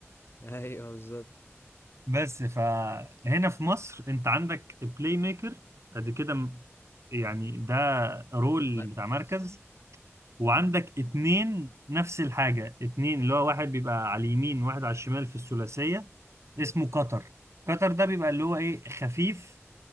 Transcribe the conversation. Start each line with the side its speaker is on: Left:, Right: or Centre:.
Left: ايوه بالظبط
Right: بس فهنا في مصر انت عندك بلاي ميكر قد كده م- يعني ده رول
Left: مركز
Right: بتاع مركز وعندك
Left: مم.
Right: اتنين نفس الحاجة اتنين اللي هو واحد بيبقى على اليمين وواحد على الشمال في الثلاثية اسمه قطر قطر ده بيبقى اللي هو ايه خفيف